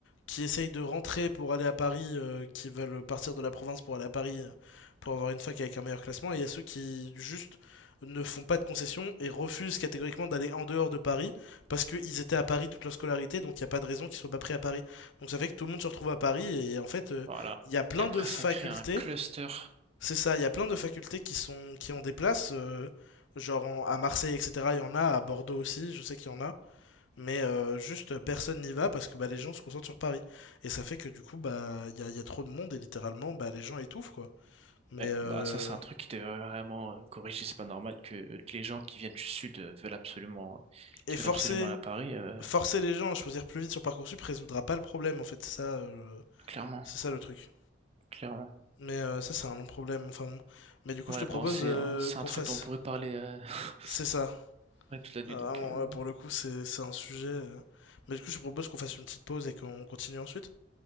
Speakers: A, on the left; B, on the right.
A: qui essayent de rentrer pour aller à Paris, euh, qui veulent partir de la province pour aller à Paris, euh, pour avoir une fac avec un meilleur classement, et il y a ceux qui, juste, ne font pas de concessions et refusent catégoriquement d'aller en dehors de Paris, parce qu'ils étaient à Paris toute leur scolarité, donc il n'y a pas de raison qu'ils soient pas pris à Paris. Donc ça fait que tout le monde se retrouve à Paris, et en fait, euh,
B: Voilà.
A: il euh, y a plein
B: Et après,
A: de facultés
B: ça crée un cluster.
A: c'est ça, il y a plein de facultés qui sont qui ont des places, euh, genre en- à Marseille, etc. Il y en a, à Bordeaux aussi, je sais qu'il y en a, mais euh, juste euh, personne n'y va parce que bah, les gens se concentrent sur Paris. Et ça fait que du coup, bah il y a, il y a trop de monde et littéralement, bah les gens étouffent quoi. Mais
B: Ouais,
A: euh,
B: bah ça, c'est un truc qui devrait vraiment euh, corriger. C'est pas normal que, que les gens qui viennent du sud euh, veulent absolument,
A: et
B: qui veulent
A: forcer
B: absolument aller à Paris. euh,
A: forcer les gens à choisir plus vite sur Parcoursup résoudra pas le problème en fait, c'est ça, euh,
B: clairement,
A: c'est ça le truc.
B: clairement.
A: Mais euh, ça c'est un long problème. Enfin bon. mais du coup,
B: Ouais,
A: je te propose
B: bon, c'est
A: euh,
B: un, c'est
A: qu'on
B: un truc
A: fasse.
B: dont on pourrait parler euh, <laughs>
A: C'est ça.
B: ouais, toute la nuit.
A: Ah,
B: Donc,
A: vraiment,
B: euh,
A: ouais, pour le coup, c'est c'est un sujet. euh. Mais du coup, je propose qu'on fasse une petite pause et qu'on continue ensuite.